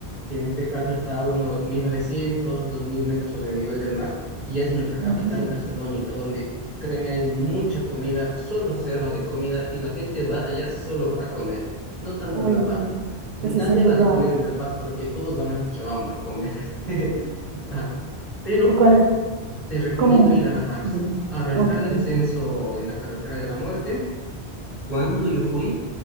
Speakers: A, on the left; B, on the right.
A: que en este caso está a unos mil novecientos dos mil metros sobre el nivel del mar, y es nuestra capital
B: ok.
A: gastronómica, donde créeme, hay mucha comida, solo se habla de comida, y la gente va allá solo para comer, no tanto
B: Uy,
A: en La
B: no.
A: Paz. Nadie
B: Ese es el
A: habla
B: lugar.
A: de comer en La Paz porque todos van a Cochabamba a comer. <laughs> Ajá. Pero
B: ¿Y cuál es
A: te recomiendo
B: como?
A: ir a La Paz
B: Dime.
A: a a realizar
B: Ok.
A: el descenso en la carretera de la muerte. Cuando yo fui,